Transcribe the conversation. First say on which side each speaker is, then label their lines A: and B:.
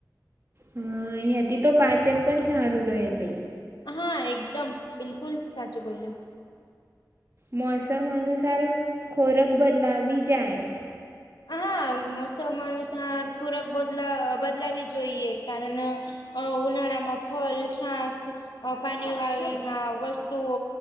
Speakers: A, on the right; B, on the left.
A: હમ્મ એનાથી તો પાચન પણ સારું રહે પહિ.
B: હા, એકદમ બિલકુલ સાચું બોલ્યું.
A: મોસમ અનુસાર ખોરાક બદલાવી જાય.
B: હા મોસમ અનુસાર ખોરાક બદલા અહ બદલાવી જોઈએ કારણ અહ અહ ઉનાળામાં ફલ, છાસ અહ પાણી વાળીમાં વસ્તુઓ